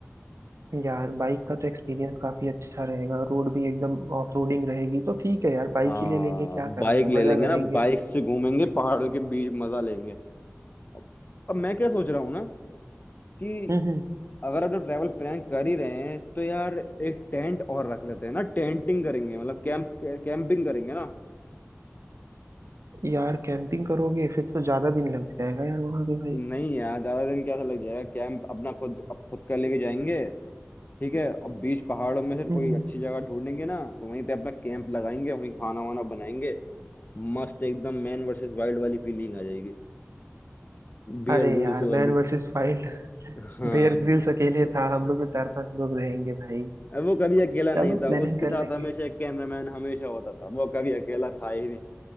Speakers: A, on the right; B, on the left.
A: यार बाइक का तो एक्सपीरियंस काफी अच्छा रहेगा रोड भी एकदम ऑफ रोडिंग रहेगी तो ठीक है यार बाइक
B: हाँ
A: ही ले लेंगे क्या करना
B: बाइक
A: है
B: ले
A: मजा
B: लेंगे
A: करेंगे
B: ना बाइक से घूमेंगे पहाड़ों के बीच मजा लेंगे अब अब मैं क्या सोच रहा हूँ ना कि
A: हम्म हम्म
B: अगर हम लोग ट्रैवल प्लान कर ही रहे हैं तो यार एक टेंट और रख लेते हैं ना टेंटिंग करेंगे मतलब कैंप कैंपिंग करेंगे ना
A: यार कैंपिंग करोगे फिर तो ज्यादा दिन लग जाएगा यार वहां पे भाई
B: नहीं यार ज्यादा दिन क्या लग जाएगा कैंप अपना खुद अब खुद कर लेके जाएंगे ठीक है अब बीच पहाड़ों में से कोई
A: हम्म हम्म।
B: अच्छी जगह ढूंढेंगे ना तो वहीं पे अपना कैंप लगाएंगे वहीं खाना वाना बनाएंगे मस्त एकदम मैन वर्सेस वाइल्ड वाली फीलिंग आ जाएगी बियर
A: अरे
B: ग्रिल्स
A: यार Man
B: वाली
A: versus Wild
B: हाँ
A: Bear Grylls अकेले था हम लोग तो चार पांच लोग रहेंगे भाई
B: अब वो कभी अकेला नहीं
A: चलो
B: था
A: प्लानिंग
B: वो उसके
A: कर
B: साथ
A: लेंगे
B: हमेशा एक कैमरामैन हमेशा होता था वो कभी अकेला था ही